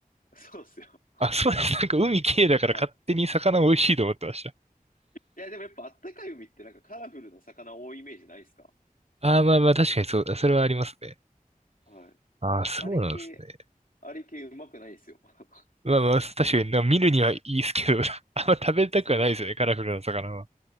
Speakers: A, on the left (about 65°); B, on the right (about 45°).
A: <laughs> そうですよ。
B: あ、そうです。なんか海綺麗だから勝手に魚美味しいと思ってました。
A: はい。いや、でもやっぱあったかい海ってなんかカラフルな魚多いイメージないですか
B: ああ、まあまあ確かにそうだ。それはありますね。
A: はい。
B: ああ、
A: あ、
B: そうなんですね。
A: あれ系、あれ系うまくないんですよ。<laughs>
B: まあまあ、確かになんか見るにはいいですけど、<laughs> あんま食べたくはないですよね、
A: そうなんですよ。
B: カラフルな魚は。